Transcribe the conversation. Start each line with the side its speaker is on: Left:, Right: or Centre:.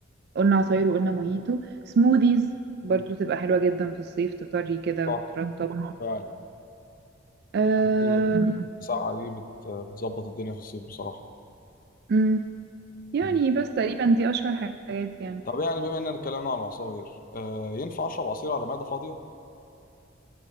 Right: قلنا عصاير وقلنا موهيتو سموذيز برضو تبقى حلوة جدا في الصيف تطري كده
Left: صح
Right: وترطب
Left: فعلا
Right: آم،
Left: الحاجات اللي بتسقع دي بت- بتظبط الدنيا في الصيف بصراحة
Right: مم، يعني
Left: مم.
Right: بس تقريبا دي اشهر حاجات يعني
Left: طب يعني بما اننا اتكلمنا عن العصاير آه ينفع اشرب عصير على معده فاضيه